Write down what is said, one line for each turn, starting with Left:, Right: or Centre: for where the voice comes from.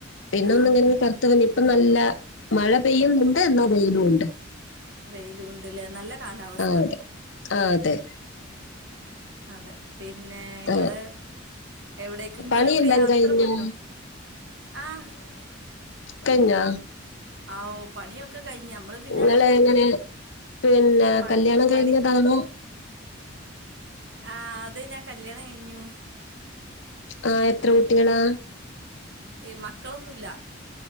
Left: പിന്നെ ഒന്ന്
Right: ആഹ്
Left: ഇങ്ങനെ കറുത്തുവന്ന് ഇപ്പ നല്ല മഴ പെയ്യുന്നുണ്ട് എന്നാ വെയിലും ഉണ്ട്
Right: വെയിലും ഉണ്ടല്ലേ നല്ല കാലാവസ്ഥ
Left: ആഹ് അതെ ആഹ് അതെ
Right: അതെ പിന്നെ ഇങ്ങള്
Left: ആഹ്
Right: എവിടേ ക്കെങ്കിലുഒക്കെ
Left: പണിയെല്ലാം
Right: യാത്ര
Left: കഴിഞ്ഞോ
Right: പോയിരു ന്നോ ആഹ്
Left: കഴിഞ്ഞാ
Right: ആഹ് ഓ പണിയൊക്കെ കഴിഞ്ഞ് നമ്മള് പിന്നെ
Left: നിങ്ങള് എങ്ങനെ പിന്നെ
Right: പ
Left: കല്യാണം
Right: പണി
Left: കഴിഞ്ഞതാണോ
Right: ആഹ് അതെ ഞാൻ കല്യാണം കഴിഞ്ഞു
Left: ആഹ് എത്ര കുട്ടികളാ
Right: ഏയ് മക്കളൊന്നും ഇല്ല